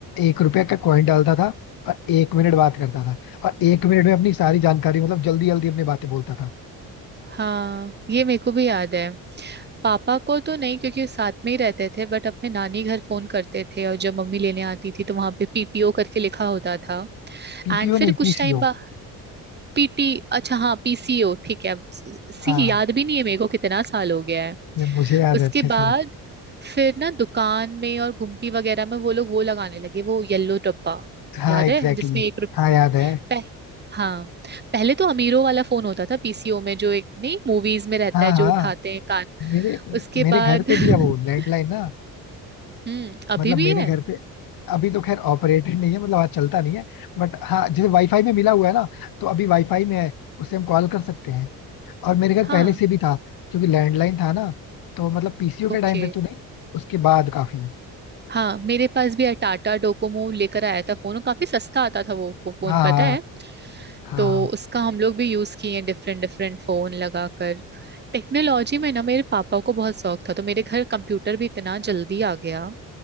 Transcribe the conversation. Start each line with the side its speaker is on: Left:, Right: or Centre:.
Left: एक रुपया का कॉइन डालता था और एक मिनट बात करता था और एक मिनट में अपनी सारी जानकारी मतलब जल्दी जल्दी अपनी बातें बोलता था
Right: हाँ ये मेरे को भी याद है पापा को तो नहीं क्योंकि वो साथ में ही रहते थे बट अपने नानी घर फोन करते थे और जब मम्मी लेने आती थी तो वहां पे पीपीओ करके लिखा होता था
Left: पीपीओ
Right: एंड फिर
Left: नहीं
Right: कुछ
Left: पीसीओ
Right: टाइम बाद पीटी अच्छा हाँ पीसीओ ठीक है अब सी
Left: हाँ
Right: याद भी नहीं है मेरे को कितना साल हो गया
Left: ये मुझे याद
Right: उसके
Left: है अच्छे से
Right: बाद फिर ना दुकान में और गुमटी वगैरह में वो लोग वो लगाने लगे वो येलो डब्बा
Left: हाँ
Right: याद
Left: एग्जैक्टली
Right: है जिसमें
Left: exactly,
Right: एक
Left: हाँ याद
Right: रुपए
Left: है
Right: हाँ पहले तो अमीरों वाला फोन होता था पीसीओ में जो एक नहीं मूवीज में रहता
Left: हाँ
Right: है
Left: हाँ
Right: जो उठाते हैं कान
Left: मेरे
Right: उसके
Left: मेरे
Right: बाद
Left: घर पे
Right: <laughs>
Left: भी है वो लैंडलाइन ना
Right: हम्म अभी
Left: मतलब मेरे
Right: भी है
Left: घर पे अभी तो खैर ऑपरेटेड नहीं है मतलब आज चलता नहीं है बट हाँ जैसे वाईफाई में मिला हुआ है ना तो अभी वाईफाई में है उससे हम कॉल कर सकते हैं और मेरे घर
Right: हाँ
Left: पहले से भी था क्योंकि लैंडलाइन था ना तो मतलब पीसीओ के
Right: ओके
Left: टाइम पे तो नहीं उसके बाद काफी
Right: हाँ मेरे पास भी है, टाटा डोकोमो लेकर आया था फोन और काफी सस्ता आता था वो वो फोन
Left: हाँ हाँ
Right: पता है
Left: हाँ
Right: तो उसका हम लोग भी यूज किए हैं डिफरेंट डिफरेंट फोन लगाकर टेक्नोलॉजी में ना मेरे पापा को बहुत शौक था तो मेरे घर कंप्यूटर भी इतना जल्दी आ गया